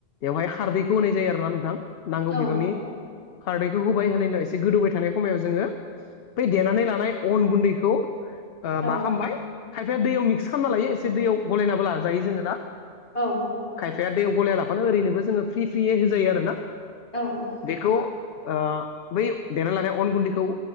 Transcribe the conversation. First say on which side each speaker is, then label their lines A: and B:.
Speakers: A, on the left; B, on the left.
A: बेवहाय खारदैखौ होनाय जायो आरोना नोंथां नांगौ
B: औ
A: बिबांनि खारदैखौ होबाय होनाय उनाव एसे गोदौबाय थानाय हमायाव जोङो बै देनानै लानाय अन गुन्दैखौ ओ
B: औ
A: मा खालामबाय खायफाया दैयाव मिक्स खालामना लायो एसे दैयाव गलायनाबो लाजायो जोङो ना
B: औ
A: खायफाया दैयाव गलाया लाफानो ओरैनोबो जोङो फ्रि फ्रियै होजायो आरो ना
B: औ औ
A: बेखौ ओ बै देना लानाय अन गुन्दैखौ